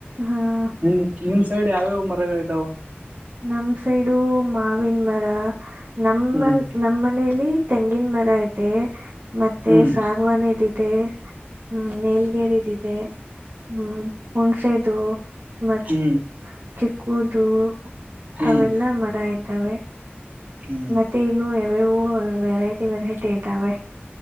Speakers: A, on the right; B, on the right.
A: ಹಾ
B: ನಿಮ ನಿಮ ಸೈಡ್ ಯಾವ್ಯಾವ ಮರಗಳ ಇದಾವ.
A: ನಮ್ ಸೈಡು ಮಾವಿನ ಮರ ನಮ್ಮಲ್ಲಿ
B: ಹ್ಮ್
A: ನಮ್ಮ ಮನೇಲಿ ತೆಂಗಿನ ಮರ ಐತೆ ಮತ್ತೆ
B: ಹ್ಮ್
A: ಸಾಗವಾನಿದಿದೆ. ಹ್ಮ್ ನೇಲ್ಗೇರಿದಿದೆ ಹ್ಮ್ ಹುಣ್ಸೆದು. ಮತ್
B: ಹ್ಮ್
A: ಚಿಕ್ಕುದು
B: ಹ್ಮ್
A: ಅವೆಲ್ಲಾ ಮರ ಇದ್ದಾವೆ
B: ಹ್ಮ್
A: ಮತ್ತೆ ಇನ್ನು ಇವೂ ವೆರೈಟಿ ವೆರೈಟಿ ಇದ್ದಾವೆ